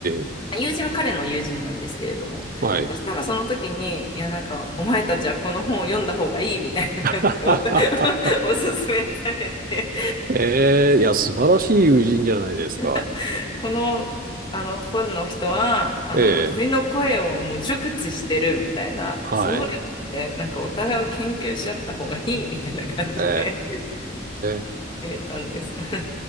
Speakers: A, on the right; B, on the left.
A: え、
B: 友人は彼の友人なんですけれども。
A: はい。
B: そしたらその時に、いや、なんか、お前たちはこの本を読んだ方がいいみたいな感じでお
A: <laughs> はははは
B: <laughs> おすすめされて
A: ええ、いや、素晴らしい友人じゃないですか。
B: <laughs> この、あの、本の人は、あの、
A: ええ、
B: 鳥の声をもう熟知してるみたいな、
A: はい。
B: そのレベルで、なんかお互いを研究し合った方がいいみたいな感じで
A: ええ、
B: <laughs> くれたんです。<laughs>